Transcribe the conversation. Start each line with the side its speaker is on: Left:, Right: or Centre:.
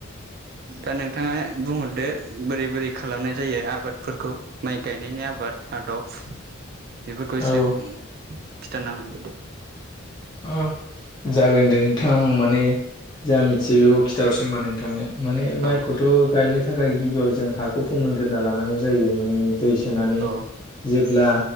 Right: दा नोंथाङा बुंहरदो बोरै बोरै खालामनाय जायो आबादफोरखौ माइ गायनायनि आबाद आदब बेफोरखौ
Left: औ
Right: एसे खिथाना हरग्रोदो
Left: ओ जागोन दे नोंथां माने जा मिथियो बेखौ खिथाहरसै होमबा नोंथांनो माने माइखौथ'
Right: औ
Left: गायनो थाखाय गिबियाव जों हाखौ फोमोनग्रोना लानांगौ जायो माने दै सोनानै
Right: औ
Left: जेब्ला